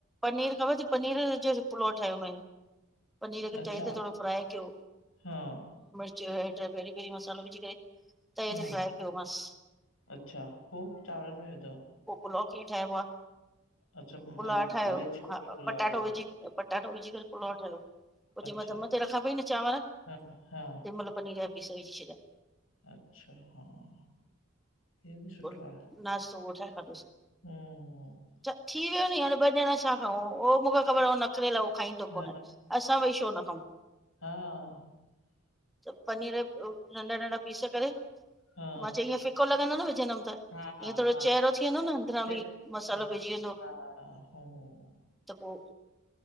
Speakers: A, in the centre; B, on the left.
A: पनीर खबर त‌ई पनीर जो पुलाअ ठायो मएं पनीर खे
B: अच्छा,
A: त‌ऐ ते थोड़ो फ्राए कयो
B: हा
A: <unintelligible> पैरी-पैरी मसालो विझी करे तऐ
B: हा,
A: ते फ्राए कयो मांस
B: अच्छा, पो चांवरनि में विधव?
A: पो पुलाव कियं ठाहिबो आ
B: अच्छा व
A: पुलाअ ठाहियो,
B: वेजिटेबल
A: हा
B: पुलाव
A: पटाटो
B: वांगुरु,
A: विझी पटाटो विझी करे पुलाअ ठाहियो पोइ
B: अच्छा,
A: जेमल धम ते रखां पई न चांवर
B: हा, हा,
A: तेमल पनीर जा पीस विझी छॾिया
B: अच्छा! हां हे बि सुठो
A: पोइ
B: आ! ह्
A: नाश्तो उहो ठाहे खाधोसीं
B: ह् ह म
A: थी वियो नी हाणे ॿ जणा छा खाऊं? वो मुंखे ख़बर आ नखरेलो आ। वो खाईंदो
B: आहे
A: कोन।
B: न
A: असां ॿई छो न खाऊं?
B: हा, हा
A: त पनीर नंड़ा नंड़ा पीस करे
B: हा,
A: मां चयो हिअं फिक्को लॻंदो न विजनम त।
B: हा, हा,
A: ईंअ थोड़ो
B: हा,
A: चहिरो थी वेंदो न अंदरां
B: चलो
A: बि मसालो
B: बराबरि,
A: पइजी वेंदो।
B: हा, हम्म,
A: त पो